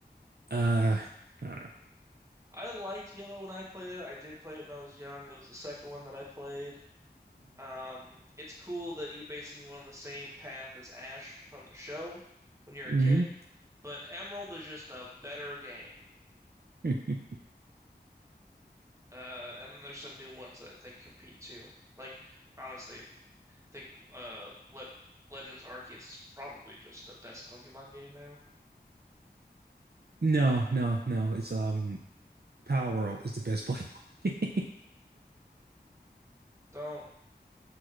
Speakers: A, on the right; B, on the right.
A: uh, I don't know.
B: I liked Yellow when I played it. I did play it when I was young. It was the second one that I played. Um, it's cool that you basically went on the same path as Ash from the show when you're
A: Mm-hmm.
B: a kid, but Emerald is just a better game.
A: Mm-hmm. <laughs>
B: Uh, and then there's some new ones that I think compete too. Like honestly, I think uh Le Legends Arceus is probably just the best Pokemon game now.
A: No, no, no. It's um Power World is the best Pokemon <laughs> game.
B: Don't